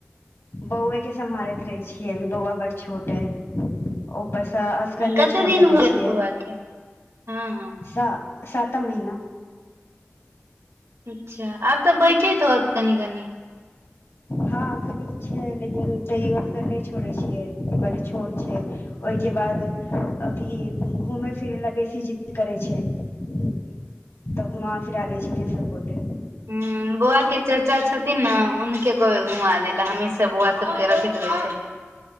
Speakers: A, on the left (about 65°); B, on the right (about 80°).
A: बौएके सम्हारैत रहै छियै अभी बौआ बड छोट अय ऊपरसँ असगर
B: कते
A: नै छोड़
B: दिन
A: सकै
B: भऽ
A: छियै
B: गेल बौआ के हँ हँ
A: सा सा तम महिना
B: अच्छा आब तऽ बैठैत होत कनि कनि
A: हँ कनिक छै लेकिन तैयो असगर नय छो र छियै बड छोट छै ओहिके बाद अथी घूमे फिर लगे छै जिद करै छै तब घुमा फिरा दै छथिन सब गोटे
B: हं बौआ के चाचा छथिन ने हुनके कहबे घुमा दै लै हमेशा बौआ सबके रखैत रहै छथि